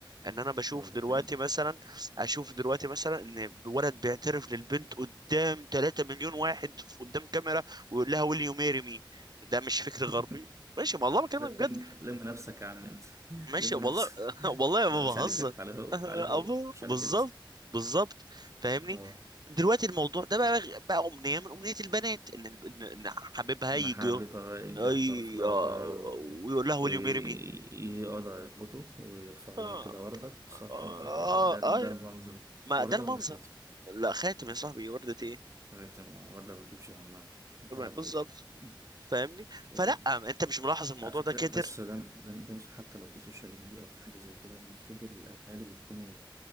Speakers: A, on the right; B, on the right.
A: ان انا بشوف
B: آه، ده
A: دلوقتي
B: حقيقي
A: مثلا اشوف دلوقتي مثلا ان ولد بيعترف للبنت قدام 3 مليون واحد قدام كاميرا ويقول لها will you marry me ده مش فكر غربي
B: <laughs>
A: ماشي والله بكلمك
B: لا
A: بجد
B: تلم لم نفسك يا عم انت <laughs>
A: ماشي
B: لم
A: والله
B: نفسك
A: <laughs> والله ما
B: لا مش
A: بهزر
B: عليك انت عليه هو
A: <laughs>
B: عليه هو
A: ابو
B: مش
A: بالظبط
B: عليك انت
A: بالظبط فاهمني
B: اه
A: دلوقتي الموضوع ده بقى بقى امنيه من امنيه البنات ان إن- إن حبيبها
B: انا
A: يجي
B: حابب يرجع
A: أي...
B: يعترف لها
A: آه،
B: بقى وي-
A: ويقول لها
B: ويقعد
A: will you marry me
B: على ركبته ويرفع
A: اه
B: لها كده وردة صح
A: اه
B: انت كده ده ده
A: اه
B: المنظر
A: ما
B: وردة
A: ده المنظر
B: ولا خاتم؟
A: لا خاتم يا صاحبي وردة ايه
B: خاتم اه، وردة ما بتجيبش همها الذهب
A: بالظبط
B: غالي <laughs>
A: فاهمني
B: اه،
A: فلا انت مش ملاحظ الموضوع
B: على فكرة
A: ده كتر
B: بس ده ده ده مش حتى لو في سوشيال ميديا أو في حاجة زي كده المفروض الأهالي بيكونوا